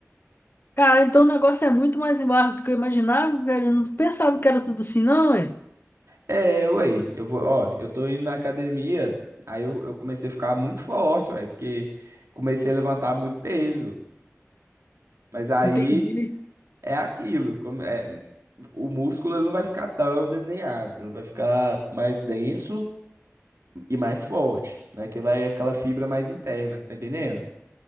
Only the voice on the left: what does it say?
Cara, então o negócio é muito mais embaixo do que eu imaginava, velho. Eu não pensava que era tudo assim, não, velho.
Entendi.